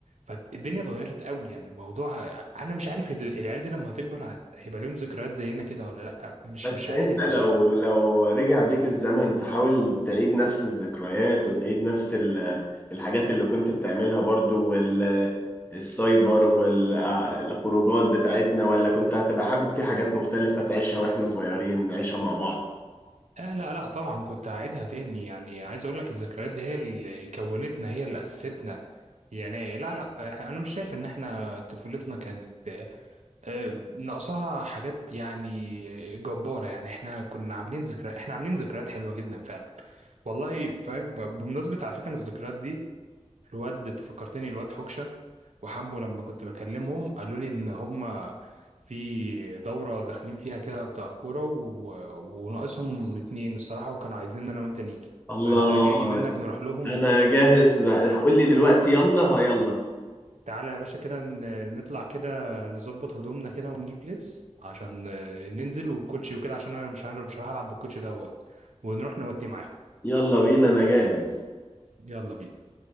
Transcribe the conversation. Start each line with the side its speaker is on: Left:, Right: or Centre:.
Right: فالدنيا اتغيرت قوي يعني الموضوع انا مش عارف ال- العيال دي لما هتكبر هت- هيبقى ليهم ذكريات زينا كده ولا لا مش
Left: بس
Right: مش عارف
Left: انت لو
Right: بصراحه
Left: لو رجع بيك الزمن تحاول تعيد نفس الذكريات وتعيد نفس ال... الحاجات اللي كنت بتعملها برضو والسايبر والخروجات بتاعتنا ولا كنت هتبقى حابب في حاجات مختلفة تعيشها واحنا صغيرين نعيشها مع بعض
Right: آه لا لا طبعا كنت هعيدها تاني يعني عايز اقول لك الذكريات دي هي اللي كونتنا هي اللي اسستنا يعني لا لا إحنا- انا مش شايف ان احنا طفولتنا كانت آه، ناقصاها حاجات يعني جبارة يعني احنا كنا عاملين ذكريات احنا عاملين ذكريات حلوة جدا فعلا والله فاهم ف- بمناسبة على فكرة إن الذكريات دي الواد أنت فكرتني الواد حكشة وحمو لما كنت بكلمهم قالوا لي ان هم في دورة داخلين فيها كده بتاع الكورة و... وناقصهم اتنين الصراحة وكانوا عايزين انا وانت نيجي
Left: الله
Right: فانت جاي منك نروح لهم
Left: انا جاهز قول لي دلوقتي يلا ها يلا
Right: تعالى يا باشا كده ن- نطلع كده نظبط هدومنا كده ونجيب لبس عشان آه، ننزل والكوتشي وكده عشان انا مش هنر- مش هلعب بالكوتشي دوت ونروح نودي معاهم
Left: يلا بينا انا جاهز
Right: يلا بينا